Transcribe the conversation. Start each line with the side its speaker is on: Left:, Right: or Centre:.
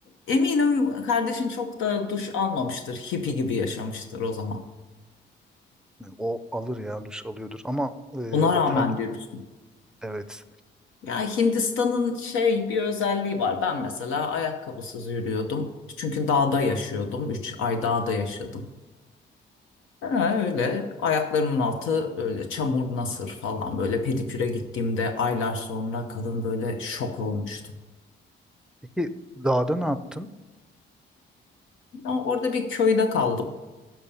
Left: eminim kardeşin çok da duş almamıştır. Hippie gibi yaşamıştır o zaman.
Centre: E, O alır ya duş alıyordur ama e,
Left: Ona
Centre: otel
Left: rağmen diyorsun.
Centre: evet.
Left: Ya Hindistan'ın şey bir özelliği var. Ben mesela ayakkabısız yürüyordum. Çünkü dağda yaşıyordum. Üç ay dağda yaşadım. Ha, öyle ayaklarımın altı böyle çamur nasır falan böyle pediküre gittiğimde aylar sonra kadın böyle şok olmuştu.
Centre: Peki dağda ne yaptın?
Left: Ama orada bir köyde kaldım.